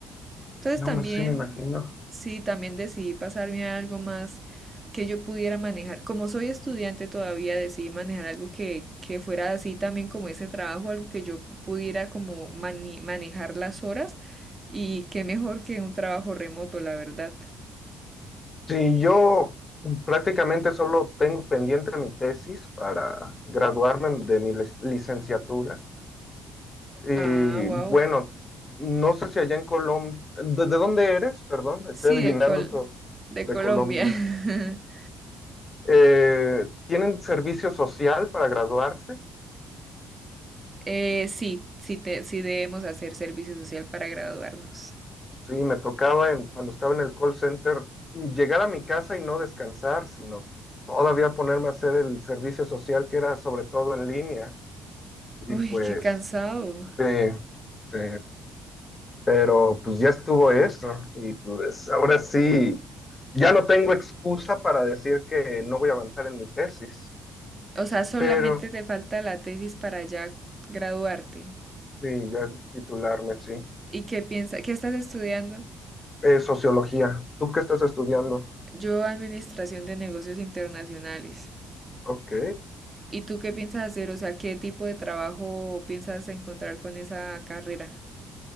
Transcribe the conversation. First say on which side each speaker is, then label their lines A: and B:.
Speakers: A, on the right; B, on the left.
A: Entonces
B: No,
A: también,
B: me sí me imagino.
A: sí, también decidí pasarme a algo más que yo pudiera manejar. Como soy estudiante todavía, decidí manejar algo que, que fuera así también como ese trabajo, algo que yo pudiera como mani- manejar las horas y qué mejor que un trabajo remoto, la verdad.
B: Sí, yo prácticamente solo tengo pendiente mi tesis para graduarme de mi lic- licenciatura. Y
A: Ah, wow.
B: bueno, no sé si allá en Colombia, ¿de, de dónde eres? Perdón, estoy
A: Sí,
B: adivinando
A: de Col-
B: todo.
A: de
B: De
A: Colombia.
B: Colombia.
A: <laughs>
B: Eh, tienen servicio social para graduarse.
A: Eh, sí, sí, te- sí debemos hacer servicio social para graduarnos.
B: Sí, me tocaba en, cuando estaba en el call center llegar a mi casa y no descansar, sino todavía ponerme a hacer el servicio social que era sobre todo en línea. Y
A: Uy,
B: pues,
A: qué cansado.
B: sí, sí. pero pues ya estuvo eso. Y pues ahora sí, ya no tengo excusa para decir que no voy a avanzar en mi tesis,
A: O sea, solamente
B: pero
A: te falta la tesis para ya graduarte.
B: sí, ya titularme, sí.
A: ¿Y qué piensas? ¿Qué estás estudiando?
B: Eh, sociología. ¿Tú qué estás estudiando?
A: Yo, Administración de Negocios Internacionales.
B: Ok.
A: ¿Y tú qué piensas hacer? O sea, ¿qué tipo de trabajo piensas encontrar con esa carrera?